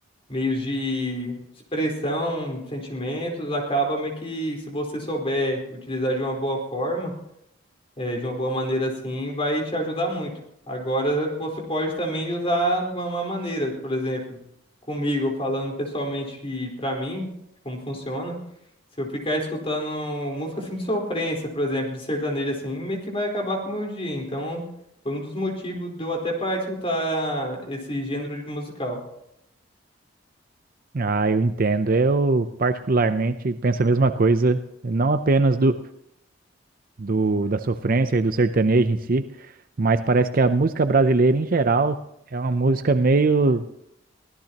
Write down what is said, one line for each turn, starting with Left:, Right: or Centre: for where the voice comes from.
Left: meios de expressão, sentimentos, acaba meio que, se você souber utilizar de uma boa forma, eh, de uma boa maneira assim, vai te ajudar muito. Agora, você pode também usar de uma má maneira, por exemplo, comigo, falando pessoalmente para mim, como funciona. Se eu ficar escutando música assim de sofrência, por exemplo, de sertanejo assim, meio que vai acabar com o meu dia. Então, foi um dos motivos de eu até parar de escutar esse gênero de musical.
Right: Ah, eu entendo. Eu particularmente penso a mesma coisa, não apenas do, do da sofrência e do sertanejo em si, mas parece que a música brasileira em geral é uma música meio,